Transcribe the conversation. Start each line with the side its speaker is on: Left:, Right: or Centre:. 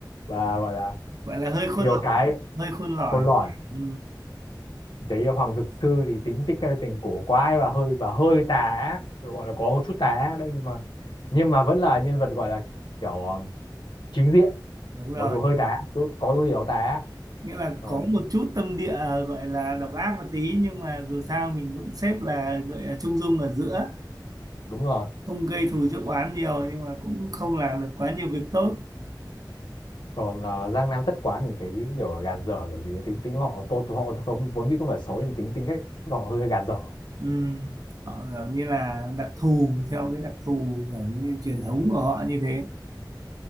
Left: và gọi là
Right: gọi là hơi khôn
Left: nhiều
Right: lỏi
Left: cái
Right: hơi khôn lỏi
Left: khôn lỏi
Right: ừ.
Left: đấy là Hoàng dực Sư thì tính tích tình cổ quái và hơi và hơi tà ác gọi là có chút tà ác đấy nhưng mà nhưng mà vẫn là nhân vật gọi là kiểu ờ, chính diện
Right: đúng
Left: mặc
Right: rồi
Left: dù hơi tà ác chút có gì đó tà ác
Right: nghĩa là có
Left: Ờ,
Right: một chút tâm địa à, gọi là độc ác một tí nhưng mà dù sao mình vẫn xếp là gọi là trung dung ở giữa
Left: đúng rồi
Right: không gây thù chuốc oán nhiều nhưng mà cũng không làm được quá nhiều việc tốt
Left: còn ờ, Giang Nam thất quái mình thấy cái kiểu gàn dở kiểu gì ấy. tính tính họ tô họ không vốn dĩ không phải xấu nhưng tính tính cách họ hơi gàn dở
Right: ừ. họ kiểu như là đặc thù theo cái đặc thù kiểu như truyền thống của họ như thế